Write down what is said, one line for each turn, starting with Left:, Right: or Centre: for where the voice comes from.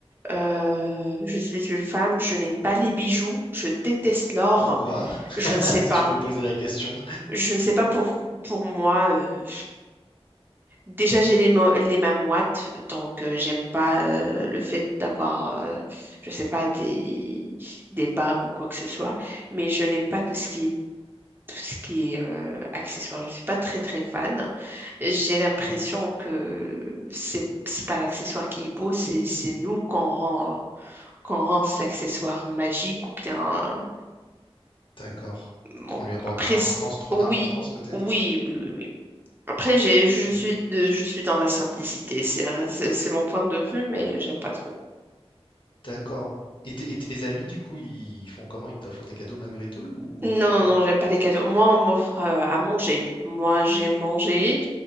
Right: Euh, je suis une femme, je n'aime pas les bijoux. Je déteste l'or.
Left: Pourquoi?
Right: Je
Left: <laughs>
Right: ne sais pas.
Left: Si je peux poser la question.
Right: Je ne sais pas pour, pour moi. euh, Déjà, j'ai les, mo- les mains moites, donc euh, j'aime pas euh, le fait d'avoir, euh, je sais pas, des, des bagues ou quoi que ce soit, mais je n'aime pas tout ce qui est, tout ce qui est euh, accessoire. Je suis pas très très fan. J'ai l'impression
Left: Et
Right: que c'est c'est pas l'accessoire qui est beau, c'est c'est nous qu'on rend, qu'on rend cet accessoire magique ou bien. euh,
Left: d'accord.
Right: bon,
Left: On lui apporte
Right: après,
Left: de l'importance,
Right: c'est-
Left: trop
Right: oui,
Left: d'importance peut-être.
Right: oui, oui, oui, oui. Après, j'ai, je
Left: Et
Right: suis de, je suis dans la simplicité. C'est, c'est c'est mon point de vue, mais j'aime pas trop.
Left: d'accord. Et, tes et tes amis, du coup, ils font comment? Ils t'offrent des cadeaux malgré tout ou,
Right: Non,
Left: ou
Right: non,
Left: pas
Right: non,
Left: du
Right: j'aime
Left: tout?
Right: pas les cadeaux. Moi, on m'offre euh, à manger. Moi, j'aime manger